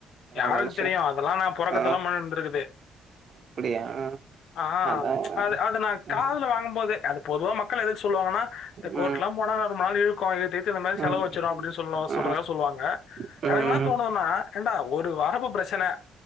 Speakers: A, on the left; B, on the right.
A: யாருக்கு
B: அ வளர்ச்சி
A: தெரியு அதெல்லா நா பொறக்கத்துல்லா
B: ஆ
A: முன்ன இருந்திருக்குது
B: அப்டியா
A: ஆ
B: அதா
A: அது அத நா காதுல
B: ம்
A: வாங்கும்போது அது பொதுவா மக்கள் எதுக்கு சொல்லுவாங்கன்னா கோர்ட்
B: ம்
A: எலா போனா ஒரு மாரி இருக்கு இழுத் இத் த்து இந்த மாரி
B: ம்
A: செலவு வச்சிடு அப்டின் சொல்ல சொல்றதாக
B: ம்
A: சொல்லுவாங்க
B: ம்
A: எனக்கு என்ன தோணுதுனா ஏன்டா ஒரு வரப்பு பிரச்சனை